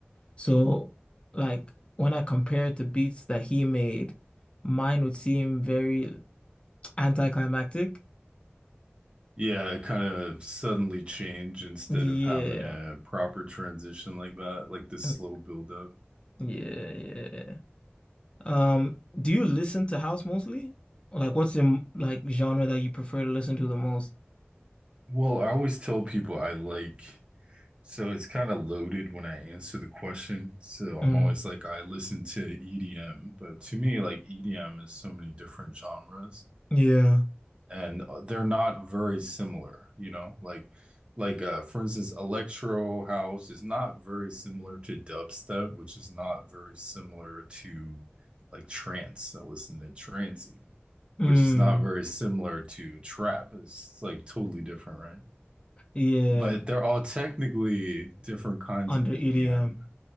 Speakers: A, on the left (about 25°); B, on the right (about 25°).
A: so like when I compare it to beats that he made mine would seem very anticlimactic
B: Yeah, kind of suddenly change instead
A: yeah
B: of having a proper transition like that, like this
A: Mm,
B: slow buildup.
A: yeah yeah um do you listen to house mostly like what's your like genre that you prefer to listen to the most
B: Well, I always tell people I like So it's kind of loaded when I answer the question. So I'm
A: Mm,
B: always like, I listen to EDM, but to me, like EDM is so many different genres,
A: yeah
B: and uh, they're not very similar. You know, like like uh, for instance, electro house is not very similar to dubstep, which is not very similar to like trance. I listen to trance even,
A: mm,
B: which is not very similar to trap. It's like totally different, right?
A: yeah
B: but they're all technically different kinds
A: under
B: of EDM.
A: EDM